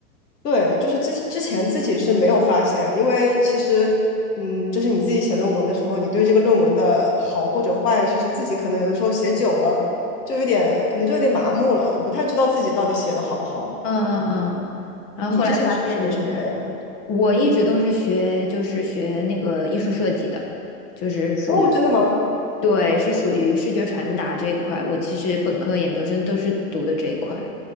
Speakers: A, on the left; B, on the left.
A: 对，就是之之前自己是没有发现，因为其实，嗯，就是你自己写论文的时候，你对这个论文的好或者坏，其实自己可能有的时候写久了，就有点可能就有点麻木了，你不太知道自己到底写的好不好。
B: 嗯嗯嗯，然后后来发现就是。
A: 你之前是学什么的呀？
B: 我一直都是学，就是学那个艺术设计的，就是属于，
A: 哦，真的吗？
B: 对，是属于视觉传达这一块。我其实本科、研究生都是读的这一块，